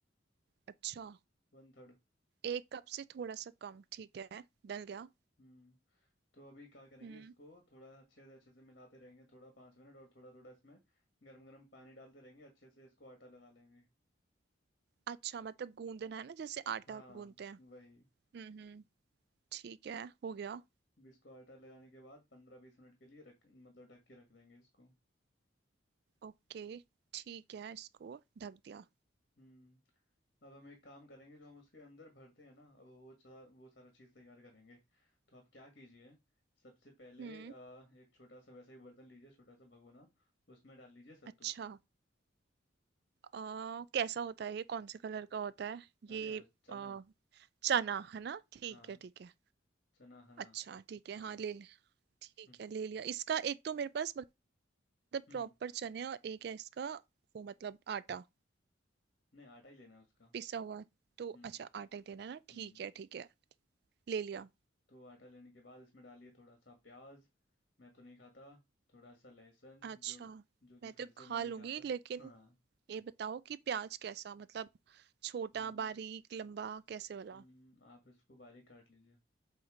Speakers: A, on the right (about 55°); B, on the left (about 50°).
A: अच्छा
B: वन थर्ड
A: एक कप से थोड़ा सा कम ठीक है डल गया
B: हम्म तो अभी क्या करेंगे
A: हम्म
B: इसको थोड़ा अच्छे से अच्छे से मिलाते रहेंगे थोड़ा पाँच मिनट और थोड़ा थोड़ा इसमें गर्म गर्म पानी डालते रहेंगे अच्छे से इसको आटा लगा लेंगे
A: अच्छा मतलब गूंदना है ना जैसे आटा
B: हाँ
A: गूंदते हैं
B: वही
A: हम्म हम्म ठीक है हो गया
B: अब इसको आटा लगाने के बाद पंद्रह बीस मिनट के लिए रख मतलब ढक के रख देंगे इसको
A: ओके ठीक है इसको ढक दिया
B: हम्म अब हम एक काम करेंगे जो हम उसके अंदर भरते हैं ना अब वो सा, वो सारा चीज़ तैयार करेंगे तो आप क्या कीजिए सबसे पहले
A: हम्म
B: अ, एक छोटा सा वैसा ही बर्तन लीजिए छोटा सा भगोना उसमें डाल लीजिए सत्तू
A: अच्छा आ, कैसा होता है ये कौन से कलर का होता है ये
B: अरे यार चना
A: आ, चना है ना ठीक
B: हाँ
A: है ठीक है
B: चना हना
A: अच्छा ठीक है
B: हाँ
A: हाँ ले लिया ठीक
B: हम्म
A: है ले लिया इसका एक तो मेरे पास मतलब
B: हम्म
A: प्रॉपर चने और एक है इसका वो मतलब आटा
B: नहीं आटा ही लेना है उसका
A: पिसा हुआ तो
B: हम्म
A: अच्छा आटा ही देना ना ठीक
B: हम्म
A: है ठीक है ले लिया
B: तो आटा लेने के बाद इसमें डालिए थोड़ा सा प्याज मैं तो नहीं खाता थोड़ा सा लहसुन
A: अच्छा
B: जो जो कि
A: मैं तो
B: फिर से
A: खा
B: मैं नहीं
A: लूंगी
B: खाता
A: लेकिन
B: हाँ
A: ये बताओ कि प्याज कैसा मतलब छोटा
B: हम्म
A: बारीक लंबा कैसे वाला
B: हम्म आप इसको बारीक काट लीजिए